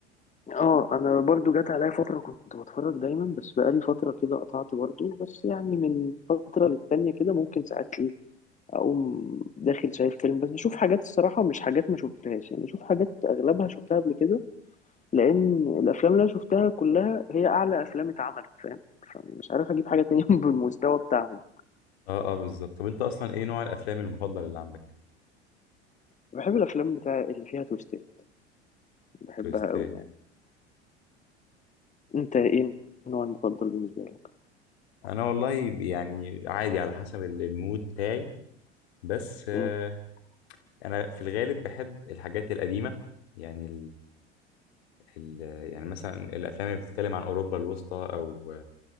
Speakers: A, on the left; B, on the left.
A: اه انا برضو جات عليا فتره كنت بتفرج دايما بس بقالي فتره كده قطعت برضو بس يعني من فتره للتانيه كده ممكن ساعات ايه اقوم داخل شايف فيلم بس بشوف حاجات الصراحه مش حاجات ما شفتهاش يعني بشوف حاجات اغلبها شفتها قبل كده لان الافلام اللي انا شفتها كلها هي اعلى افلام اتعملت فاهم فمش عارف اجيب حاجه تانية <laughs> بالمستوى بتاعهم
B: اه اه بالظبط طب انت اصلا ايه نوع الافلام المفضل اللي عندك
A: بحب الافلام بتاع اللي فيها تويستات بحبها
B: تويستات
A: قوي يعني انت ايه النوع المفضل بالنسبة لك
B: انا والله يعني عادي على حسب ال- المود بتاعي بس آه،
A: مم.
B: انا في الغالب بحب الحاجات القديمة يعني ال- يعني مثلا الافلام اللي بتتكلم عن اوروبا الوسطى او